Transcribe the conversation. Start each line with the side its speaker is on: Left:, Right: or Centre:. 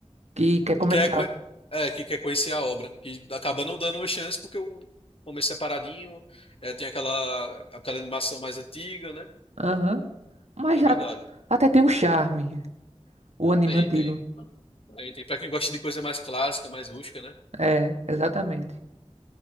Right: Que quer começar.
Left: quer, co- é, que quer conhecer a obra, que acaba não dando uma chance porque o começo separadinho, é, tem aquela, aquela animação mais antiga, né?
Right: Aham. Mas
Left: É
Right: já,
Left: verdade.
Right: até tem um charme. O anime
Left: Tem,
Right: antigo.
Left: tem. Tem, tem. Pra quem gosta de coisa mais clássica, mais rústica, né?
Right: É, exatamente.